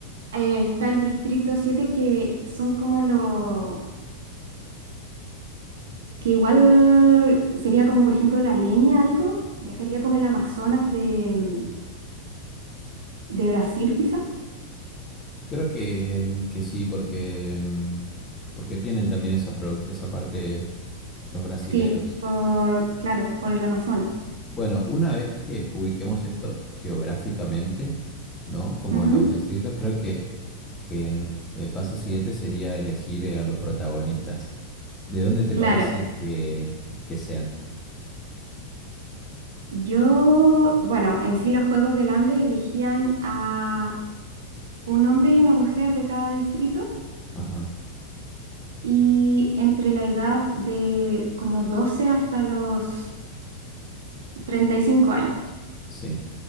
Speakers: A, on the right; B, on the left.
A: eh, está el distrito siete que son como los que igual sería como, por ejemplo, la leña, algo. Dejaría como el Amazonas de, de Brasil, quizás.
B: Creo que, que sí, porque, mm, porque tienen también esa, produc- esa parte los brasileros.
A: Sí, por, claro, por el Amazonas.
B: Bueno, una vez que ubiquemos esto geográficamente, ¿no? Como
A: Ujú,
B: los distritos, creo que, que en- el paso siguiente sería elegir eh, a los protagonistas. ¿De dónde te
A: Claro.
B: parece que, que sean?
A: Yo, bueno, en sí los Juegos del Hambre elegían a un hombre y una mujer de cada distrito
B: Ajá,
A: y entre la edad de como 12 hasta los 35 años.
B: sí,